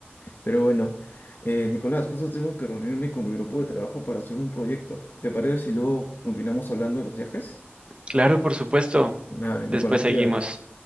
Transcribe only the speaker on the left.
Pero bueno, eh, Nicolás, justo tengo que reunirme con mi grupo de trabajo para hacer un proyecto. ¿Te parece si luego continuamos hablando de los viajes?
Dale, Nicolás,
cuídate.